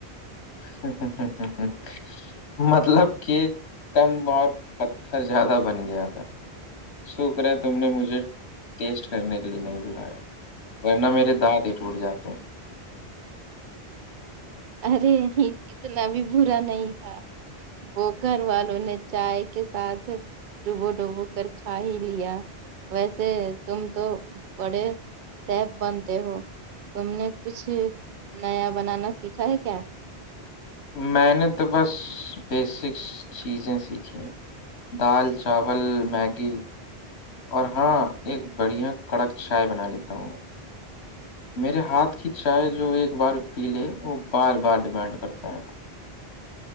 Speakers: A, on the left; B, on the right.
A: ہ ہ ہ ہ ہ <unintelligible> مطلب کہ کم اور پتھر زیادہ بن گیا تھا شکر ہے تم نے مجھے ٹیسٹ کرنے کے لیے نہیں بلایا ورنہ میرے دانت ہی ٹوٹ جاتے ہیں
B: ارے اتنا بھی برا نہیں تھا وہ گھر والوں نے چائے کے ساتھ ڈوبو ڈوبو کر کھا ہی لیا ویسے تم تو پڑے سیف بنتے ہو تم نے کچھ نیا بنانا سیکھا ہے کیا
A: میں نے تو بس بیسکس چیزیں سیکھی ہیں دال چاول میگی اور ہاں ایک بڑھیا کڑک چائے بنا لیتا ہوں میں میرے ہاتھ کی چائے جو ایک بار پی لے وہ بار بار ڈیمانڈ کرتا ہے